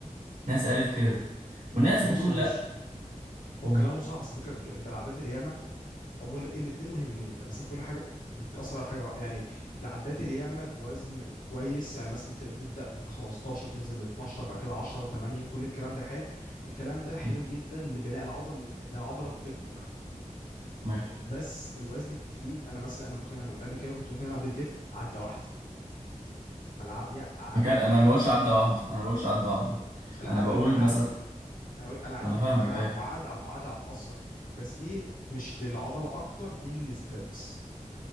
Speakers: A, on the right; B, on the left.
A: ناس قالت كده
B: ب-
A: وناس
B: بص
A: بتقول
B: هو مش
A: لا مم.
B: هو كلامه صح بس الفكره مش كده انت العادات الياما اول الاثنين مهمين بس كل حاجه بتاثر على حاجه يعني العدات الياما بوزن كويس يعني مثلا ت- تبدا ب 15 تنزل ل 12 بعد كده 10 8 كل الكلام ده حلو الكلام ده حلو
A: مم.
B: جدا لبناء العضل لان العضله تكبر
A: ماشي
B: بس الوزن التقيل انا مثلا انا ممكن انا قبل كده كنت ممكن العب ديد ليفت عده واحده العب لي عده
A: مكان
B: واحده
A: انا ما بقولش عدى واحده انا ما بقولش عدى واحده
B: لا
A: انا
B: انا بقول
A: بقول
B: لك انا عادي
A: مثلا
B: انا بقول لك انا عادي
A: انا
B: ممكن
A: فاهمك
B: تتلعب
A: ايوه
B: وعادي هت- عادي هتاثر بس دي مش للعضله اكتر دي للسترينث